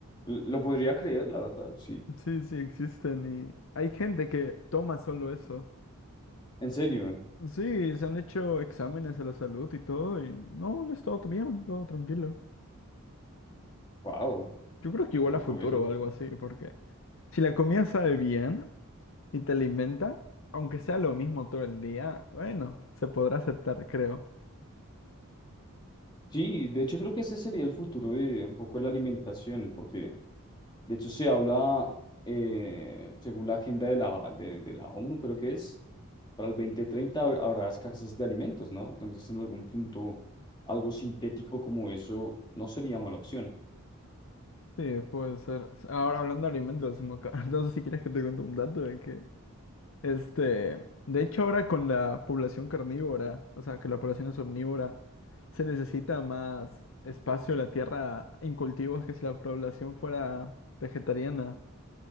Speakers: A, on the left; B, on the left.
A: l- lo podría creer, la verdad, sí.
B: Sí, sí, existen y hay gente que toma solo eso.
A: En serio,
B: Sí, se han hecho exámenes de la salud y todo y no, no está todo bien, todo tranquilo.
A: wow,
B: Yo creo que igual
A: qué loco
B: a futuro
A: eso.
B: o algo así, porque si la comida sabe bien y te alimenta, aunque sea lo mismo todo el día, bueno, se podrá aceptar, creo.
A: Sí, de hecho creo que ese sería el futuro de un poco la alimentación, porque de hecho se habla, eh, según la agenda de la, de, de la ONU, creo que es, para el 2030 hab- habrá escasez de alimentos, ¿no? Entonces en algún punto algo sintético como eso no sería mala opción.
B: Sí, puede ser. Ahora hablando de alimentos, se me acaba- <laughs> no sé si quieres que te cuente un dato de que, este, de hecho ahora con la población carnívora, o sea, que la población es omnívora, se necesita más espacio en la tierra en cultivos que si la población fuera vegetariana,